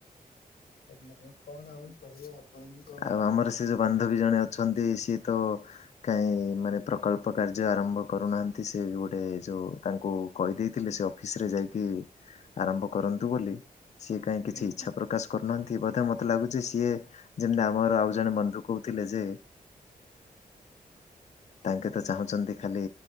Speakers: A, on the left; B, on the left.
A: ନାଇଁ କଣ ଆଉ କହିବା? ଆପଣଙ୍କ
B: ଆଉ ଆମର ସେ ଯୋଉ ବାନ୍ଧବୀ ଜଣେ ଅଛନ୍ତି ସିଏ ତ କାଇଁ ମାନେ ପ୍ରକଳ୍ପ କାର୍ଯ୍ୟ ଆରମ୍ଭ କରୁନାହାନ୍ତି ସେ ଗୋଟେ ଯଉ ତାଙ୍କୁ କହିଦେଇଥିଲେ ସେ ଅଫିସ ରେ ଯାଇକି ଆରମ୍ଭ କରନ୍ତୁ ବୋଲି। ସିଏ କାହିଁ କିଛି
A: ହୁଁ
B: ଇଚ୍ଛା
A: ହୁଁ
B: ପ୍ରକାଶ କରୁନାହାନ୍ତି ବୋଧେ ମତେ ଲାଗୁଚି ସିଏ ଯେମିତି ଆମର ଆଉ ଜଣେ ବନ୍ଧୁ କହୁଥିଲେ ଯେ ତାଙ୍କେ ତ ଚାହୁଁଚନ୍ତି ଖାଲି